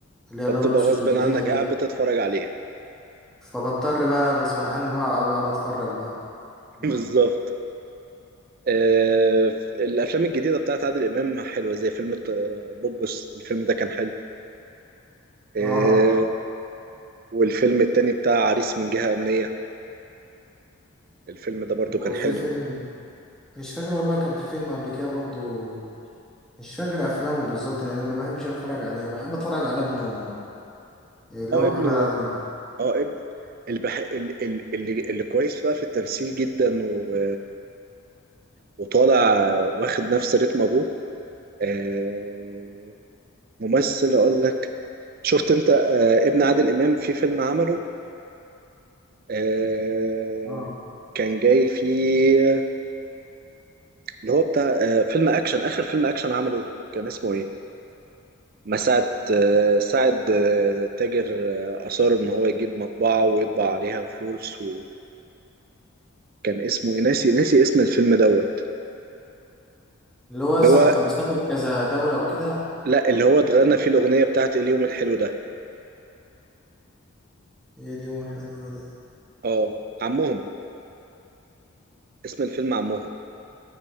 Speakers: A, in the centre; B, on the right.
A: اللي هي
B: فبتبقى
A: الابيض والاسود
B: غصب
A: القديمه
B: عنك
A: دي
B: قاعد بتتفرج عليها
A: فبضطر بقى غصب عني بقى اقعد أقعد اتفرج بقى ما.
B: <laughs> بالظبط آه الأفلام الجديدة بتاعت عادل إمام حلوة زي فيلم آه، بوبوس الفيلم ده كان حلو آه
A: اه
B: والفيلم التاني بتاع عريس من جهة أمنية الفيلم ده برضو
A: وفي
B: كان حلو
A: فيلم مش فاكر والله كان في فيلم قبل كده برضو مش فاكر افلامه بالظبط لان انا ما بحبش اتفرج عليه انا بحب اتفرج على ابنه اللي
B: اه
A: هو محمد
B: ابنه
A: عادل امام
B: اه ابن اللي, بح... ال- ال- اللي اللي كويس بقى في التمثيل جدا و... وطالع واخد نفس رتم ابوه آه، ممثل اقول لك شفت انت آه، ابن عادل امام في فيلم عمله آه،
A: اه
B: كان جاي فيه اللي هو بتاع آه، فيلم اكشن اخر فيلم اكشن عمله كان اسمه ايه مساعد آه، ساعد آه، تاجر آه، اصر ان هو يجيب مطبعه ويطبع عليها فلوس وكان اسمه إيه؟ ناسي ناسي اسم الفيلم دوت
A: اللي هو
B: اللي هو
A: لما كان بيسافر كذا دوله وكده
B: لا اللي هو اتغنى فيه الأغنية بتاعت اليوم الحلو ده
A: ايه اليوم الحلو ده
B: اه عمهم اسم الفيلم عمهم